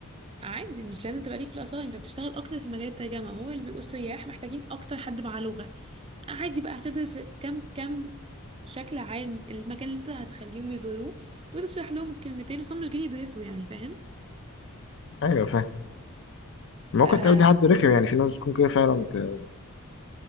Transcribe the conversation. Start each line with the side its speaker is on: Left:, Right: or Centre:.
Right: عادي مش لازم تبقى ليك في الاثار انت بتشتغل اكتر في مجال الترجمه هو اللي بيبقوا السياح محتاجين اكتر حد معاه لغه عادي بقى هتدرس كم كم شكل عام المكان اللي انت هتخليهم يزوروه وتشرح لهم الكلمتين اصلا مش جايين يدرسوا يعني فاهم
Left: أيوة فاهم ممكن
Right: آه،
Left: تقابلي حد رخم يعني في ناس بتكون كده فعلا ت...